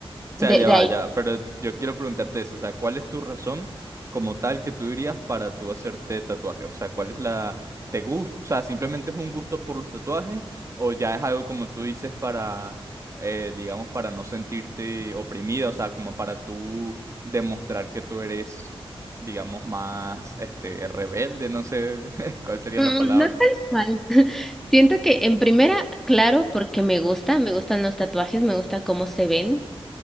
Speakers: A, on the right (about 30°); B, in the centre.
A: O sea,
B: de,
A: ya
B: de
A: va,
B: ahí
A: ya, pero yo quiero preguntarte eso, o sea, ¿cuál es tu razón como tal que tú dirías para tú hacerte tatuajes? O sea, ¿cuál es la... ¿Te gusta? O sea, ¿simplemente es un gusto por los tatuajes o ya es algo como tú dices para, eh, digamos, para no sentirte oprimida, o sea, como para tú demostrar que tú eres, digamos, más, este, rebelde, no sé <laughs> cuál sería
B: Mm,
A: la palabra,
B: No tal cual. Siento que en primera, claro, porque me gusta, me gustan los tatuajes, me gusta cómo se ven,